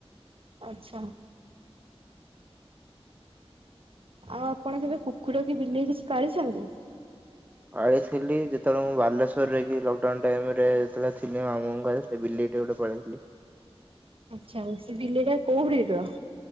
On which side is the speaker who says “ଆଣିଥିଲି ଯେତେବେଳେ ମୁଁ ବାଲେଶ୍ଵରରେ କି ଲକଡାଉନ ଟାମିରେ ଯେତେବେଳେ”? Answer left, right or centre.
Right